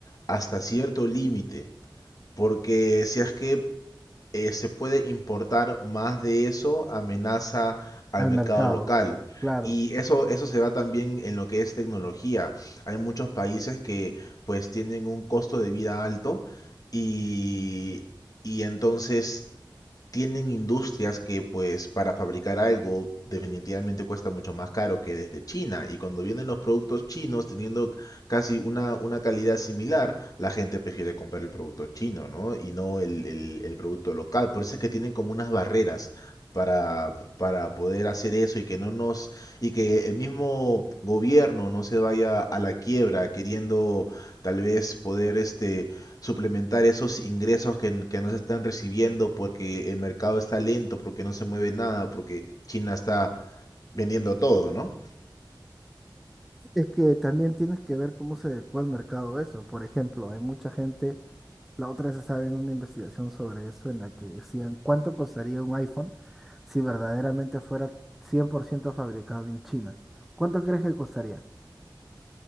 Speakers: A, on the left; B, in the centre.
A: hasta cierto límite. Porque si es que eh, se puede importar más de eso, amenaza al
B: al
A: mercado
B: mercado.
A: local.
B: Claro,
A: Y eso, eso se da también en lo que es tecnología. Hay muchos países que pues tienen un costo de vida alto y, y entonces tienen industrias que pues para fabricar algo definitivamente cuesta mucho más caro que desde China y cuando vienen los productos chinos teniendo casi una, una calidad similar, la gente prefiere comprar el producto chino, ¿no? Y no el, el- el producto local. Por eso es que tienen como unas barreras para, para poder hacer eso y que no nos, y que el mismo gobierno no se vaya a la quiebra queriendo tal vez poder este suplementar esos ingresos que, que no se están recibiendo porque el mercado está lento, porque no se mueve nada, porque China está vendiendo todo, ¿no?
B: es que también tienes que ver cómo se adecua al mercado eso. Por ejemplo, hay mucha gente, la otra vez estaba viendo una investigación sobre eso en la que decían cuánto costaría un iPhone si verdaderamente fuera 100% fabricado en China. ¿Cuánto crees que costaría?